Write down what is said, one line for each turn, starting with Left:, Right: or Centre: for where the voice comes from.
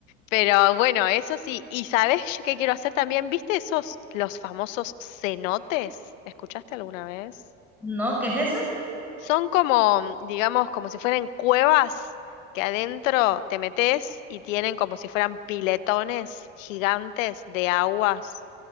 Left: pero bueno, eso sí. ¿Y sabes yo qué quiero hacer también? ¿Viste esos, los famosos cenotes? ¿Escuchaste alguna vez?
Centre: no, ¿qué es eso?
Left: Son como, mm, digamos, como si fueran cuevas que adentro te metes y tienen como si fueran piletones gigantes de aguas.